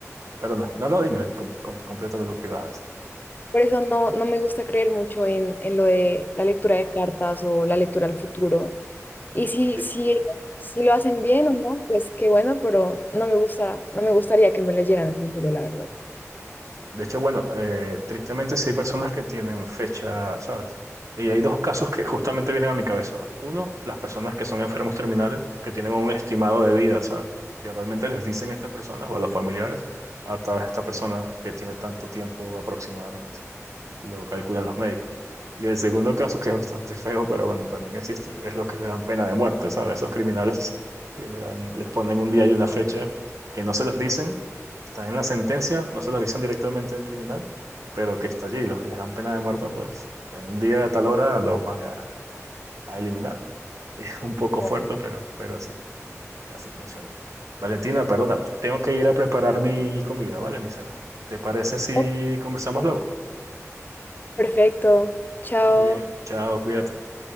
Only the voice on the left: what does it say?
Por eso no, no me gusta creer mucho en, en lo de la lectura de cartas o la lectura al futuro. Y si,
si, si lo hacen bien o no, pues qué bueno, pero no me gusta, no me gustaría que me leyeran el futuro, la verdad.
Como,
"Ok,
perfecto, chao.